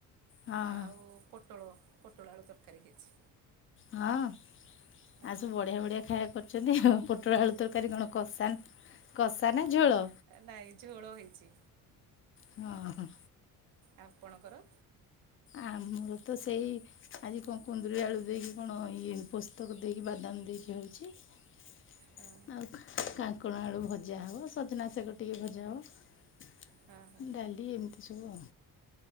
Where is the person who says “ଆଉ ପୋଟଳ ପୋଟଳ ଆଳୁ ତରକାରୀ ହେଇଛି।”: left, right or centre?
Right